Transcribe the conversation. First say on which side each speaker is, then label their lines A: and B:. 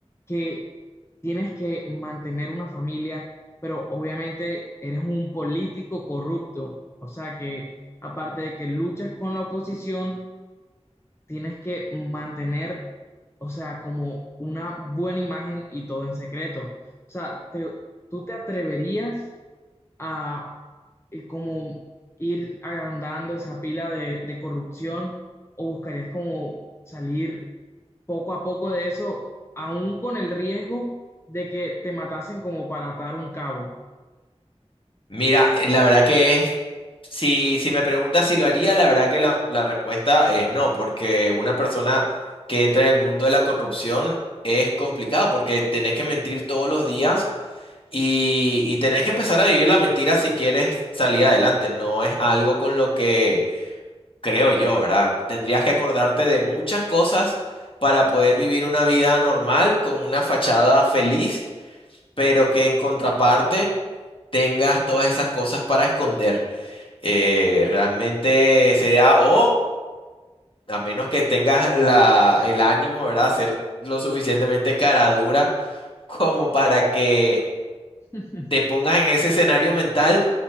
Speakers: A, on the left (about 25°); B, on the left (about 50°).
A: que tienes que mantener una familia, pero obviamente eres un político corrupto, o sea que aparte de que luchas con la oposición, tienes que mantener, o sea, como una buena imagen y todo en secreto. O sea, te- tú te atreverías a eh, como ir agrandando esa pila de, de corrupción o buscarías como salir poco a poco de eso, aún con el riesgo de que te matasen como para atar un cabo.
B: Mira, eh, la verdad que es, si, si me preguntas si lo haría, la verdad que la, la respuesta es no, porque una persona que entra en el mundo de la corrupción es complicado, porque tenés que mentir todos los días y, y tenés que empezar a vivir la mentira si quieres salir adelante. No es algo con lo que creo yo, ¿verdad? Tendrías que acordarte de muchas cosas para poder vivir una vida normal, con una fachada feliz, pero que en contraparte tengas todas esas cosas para esconder. Eh, realmente sería, o a menos que tengas la, el ánimo, ¿verdad? Ser lo suficientemente cara dura como para que
A: <laughs>
B: te pongas en ese escenario mental